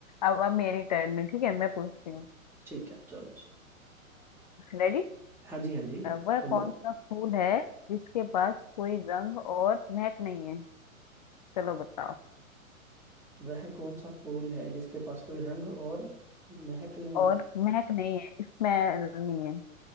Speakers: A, on the left; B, in the centre.
A: अब अब मेरी टर्न है ठीक है मैं पूछती हूँ
B: ठीक है चलो जी।
A: रेडी
B: हाँ जी हाँ जी
A: वह
B: बोलो
A: कौन सा फूल है जिसके पास कोई रंग और महक नहीं है चलो बताओ
B: वह कौन सा फूल है जिसके पास कोई रंग और महक नहीं
A: और
B: है
A: महक नहीं है स्मेल नहीं है